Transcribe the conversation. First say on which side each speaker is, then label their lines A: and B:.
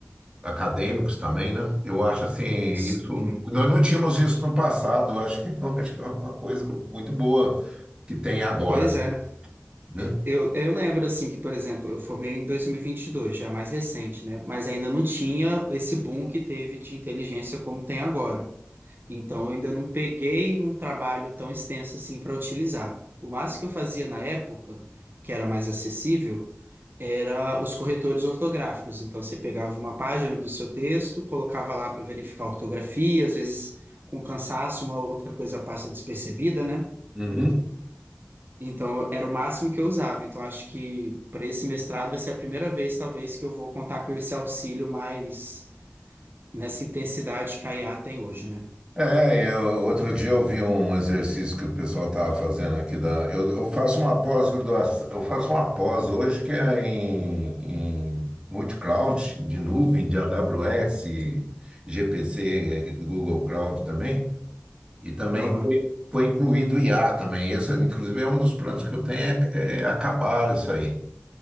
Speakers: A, on the right (about 20°); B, on the right (about 55°).
A: acadêmicos também, né? Eu acho assim,
B: sim.
A: isso nós não tínhamos isso no passado. Eu acho que, <laughs> eu acho que é uma coisa muito boa que tem agora,
B: Pois é.
A: né?
B: Eu, eu lembro, assim, que, por exemplo, eu formei em 2022, já é mais recente, né? Mas ainda não tinha esse boom que teve de inteligência como tem agora. Então, eu ainda não peguei um trabalho tão extenso assim para utilizar. O máximo que eu fazia na época, que era mais acessível, era os corretores ortográficos. Então, você pegava uma página do seu texto, colocava lá para verificar a ortografia, às vezes, com cansaço, uma outra coisa passa despercebida, né?
A: Uhum.
B: Então, era o máximo que eu usava. Então, acho que para esse mestrado vai ser a primeira vez, talvez, que eu vou contar com esse auxílio mais nessa intensidade que a IA tem hoje, né?
A: É, eu, outro dia eu vi um exercício que o pessoal estava fazendo aqui da. Eu, eu faço uma pós-graduação, eu faço uma pós hoje que é em, em multi-cloud, de nuvem, de AWS, GPC, eh, do Google Cloud também. E também
B: Aham.
A: foi incluído o IA também. Esse, inclusive, é um dos planos que eu tenho é, é acabar isso aí.